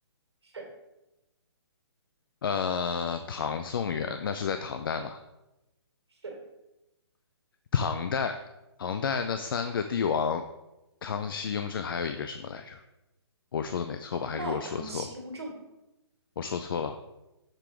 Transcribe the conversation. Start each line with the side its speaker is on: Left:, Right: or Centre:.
Right: 是
Left: 呃，唐宋元那是在唐代吗？
Right: 是
Left: 唐代，唐代那三个帝王，康熙、雍正，还有一个什么来着？我说的没错吧？
Right: 唐代康熙雍正。
Left: 还是我说错？我说错了？